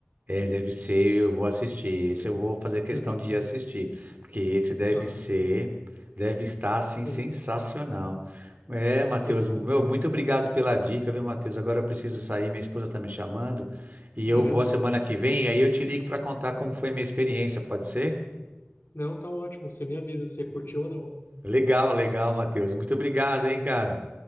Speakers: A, on the right; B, on the left.
A: É, deve ser, eu vou assistir. Esse eu vou fazer questão
B: Uhum,
A: de assistir, porque esse deve
B: claro.
A: ser, deve estar assim
B: Uhum.
A: sensacional. É,
B: Sim,
A: Matheus,
B: sim.
A: meu, muito obrigado pela dica, viu, Matheus? Agora eu preciso sair, minha esposa está me chamando, e
B: Uhum.
A: eu vou a semana que vem, aí eu te ligo para contar como foi minha experiência, pode ser?
B: Não, tá ótimo. Você me avisa se curtiu ou não.
A: Legal, legal, Matheus. Muito obrigado, hein, cara.